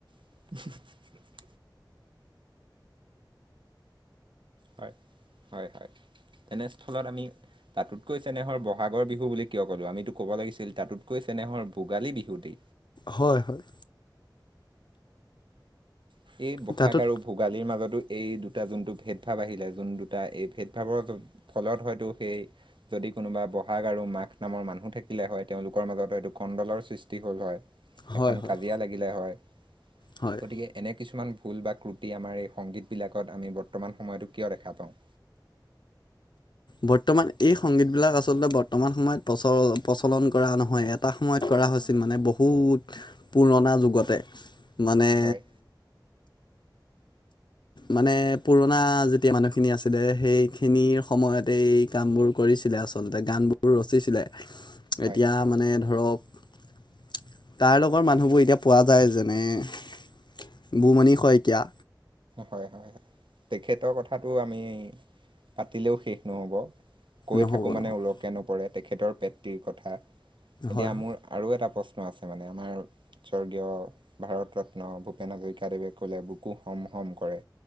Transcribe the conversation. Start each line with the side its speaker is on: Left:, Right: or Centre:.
Right: <unintelligible> হয় হয় হয় এনেস্থলত আমি। তাতোতকৈ চেনেহৰ বহাগৰ বিহু বুলি কিয় ক'লো, আমিতো ক'ব লাগিছিল তাতোতকৈ চেনেহৰ ভোগালী বিহু টি।
Left: হয় হয়।
Right: সেই বহাগ
Left: তাতোত
Right: আৰু ভোগালীৰ মাজতো। এই দুটা যোনটো ভেদভাৱ আহিলে যোন দুটা এই ভেদ ভাৱৰ ফলত হয়তো সেই যদি কোনোবা বহাগ আৰু মাঘ নামৰ মানুহ থাকিলে হয় তেওঁলোকৰ মাজত হয়তো কণ্ডলৰ সৃষ্টি হ'ল হয়।
Left: হয়
Right: এখন
Left: হয়
Right: কাজিয়া লাগিলে হয়।
Left: হয়
Right: গতিকে। এনে কিছুমান ভুল বা ক্ৰুটি আমাৰ এই সংগীতবিলাকত আমি বৰ্তমান সময়তো কিয় দেখা পাওঁ। <inaudible>
Left: বৰ্তমান এই সংগীতবিলাক আচলতে বৰ্তমান সময়ত প্ৰচ প্ৰচলন কৰা নহয় এটা সময়ত কৰা হয়। আছিল মানে বহুত পুৰণা যুগতে মানে।
Right: হয়
Left: মানে পুৰণা যেতিয়া মানুহখিনি আছিলে সেইখিনিৰ সময়তে এই কামবোৰ কৰিছিল। ছিলে আচলতে গানবোৰ ৰচিছিলে
Right: হয়
Left: এতিয়া মানে ধৰক তাৰ লগৰ মানুহবোৰ এতিয়া পোৱা যায় যেনে। বুমণি শইকীয়া।
Right: হয় হয় হয় তেখেতৰ কথাটো আমি পাতিলেও শেষ নহ'ব। কৈ
Left: নহ'ব
Right: থাকো মানে
Left: নহ'ব
Right: ওলকে নপৰে তেখেতৰ পতৃৰ কথা এতিয়া
Left: হয়
Right: মোৰ আৰু এটা প্ৰশ্ন। আছে মানে আমাৰ স্বৰ্গীয় ভাৰত ৰত্ন ভূপেন হাজৰিকা দেৱে ক'লে বুকু হম হম। কৰে।